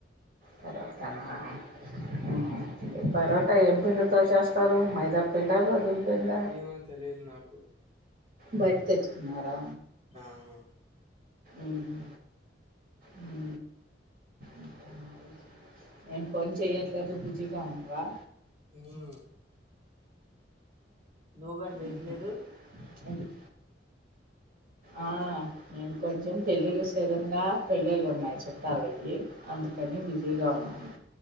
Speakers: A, on the right; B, on the right.
A: పరోటా నా ఉహు పరోట అ ఏం పిండితో చేస్తారు మైదా పిండా గోధుమ పిండా
B: ఏమా తెలియదు నాకు
A: బయట తెచ్చుకున్నారా
B: ఆహ
A: ఉహు హు ఇంకా మరిఎం ఫోన్ చెయ్యట్లేదదు బిజీగా ఉన్నావా
B: హు నువ్వు కూడా చేయట్లేదు
A: ఉహు ఎందుకు ఆ నేను కొంచెం పెళ్ళిళ్ళ సీజన్ గా పెళ్ళిళ్ళు ఉన్నాయి చుట్టాలయి అందుకని అని బిజీగా ఉన్నాను